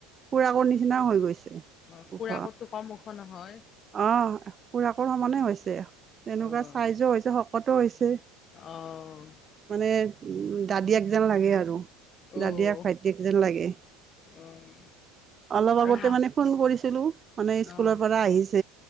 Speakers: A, on the right (about 30°); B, on the left (about 35°).
A: খুৰাকৰ নিচিনাও হৈ গৈছে।
B: অ' খুৰাকোটো
A: ওখ
B: কম ওখ নহয়।
A: অ' খুৰাকৰ সমানে হৈছে, তেনেকুৱা
B: অ',
A: চাইজও হৈছে শকতো হৈছে!
B: অ',
A: মানে <unintelligible> দাদিয়া যেন লাগে আৰু
B: অ',
A: দাদিয়া ভাইটিয়েক যেন লাগে,
B: অ',
A: অলপ
B: আৰু
A: আগতে
B: হা
A: মানে ফোন কৰিছিলোঁ মানে
B: অ',
A: স্কুলৰ পৰা আহি